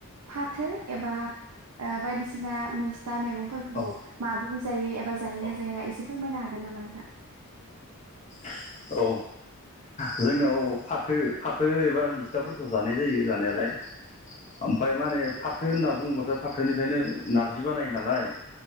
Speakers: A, on the right (about 80°); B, on the left (about 30°).
A: फाथो एबा बायदिसिना बायदिसिना मेस्था मैगंफोरखौ
B: औ
A: माबोरै जायो एबा जायोना
B: औ
A: जाया एसे फोरमायनो हाग ग मानोथा
B: <inaudible> औ जोंनाव फाथो फाथो एबा मिस्थाफोरखौ जानाय जायो जानायालाय <inaudible> ओमफ्राय माने फाथो होनना बुङोबाथ' फाथोनिफ्रायनो नारजि बानायो नालाय